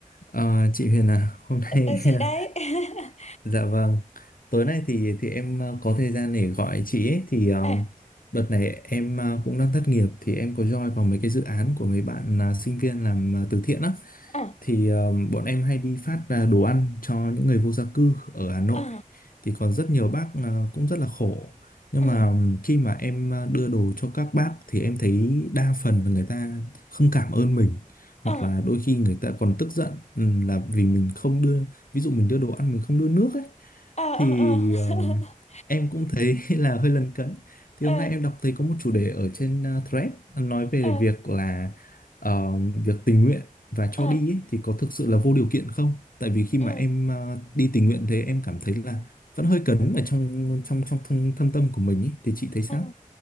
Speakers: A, on the left (about 80°); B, on the left (about 50°).
A: Ờ, chị Huyền à, hôm
B: Ờ,
A: nay
B: chị
A: <laughs>
B: đấy <laughs>
A: Dạ vâng. Tối nay thì thì em ờ, có thời gian để gọi chị ấy thì ờ,
B: Ờ,
A: đợt này em ờ, cũng đang thất nghiệp thì em có join vào mấy cái dự án của mấy bạn ờ, sinh viên làm ờ, từ thiện á.
B: ờ,
A: Thì ờ, bọn em hay đi phát ờ, đồ ăn cho những người vô gia cư ở Hà Nội.
B: ờ,
A: Thì còn rất nhiều bác ờ, cũng rất là khổ. Nhưng
B: ừ,
A: mà ừm, khi mà em ờ, đưa đồ cho các bác thì em thấy đa phần là người ta không cảm ơn mình hoặc
B: ờ,
A: là đôi khi người ta còn tức giận ừm, là vì mình không đưa ví dụ mình đưa đồ ăn mình không đưa nước ấy
B: ờ, ờ,
A: thì
B: ờ. <laughs>
A: ờm, em cũng thấy <laughs> là hơi lấn cấn thì
B: Ờ,
A: hôm nay em đọc thấy có một chủ đề ở trên ờ, thread nói về
B: ờ,
A: việc là ờm, việc tình nguyện và cho
B: ờ, <laughs>
A: đi ấy, thì có thực sự là
B: ừ,
A: vô điều kiện không tại vì khi
B: ừ,
A: mà em ờ, đi tình nguyện thế em cảm thấy là vẫn hơi cấn ở trong trong trong thâm, thâm tâm của mình ấy. thì chị thấy sao
B: ừ.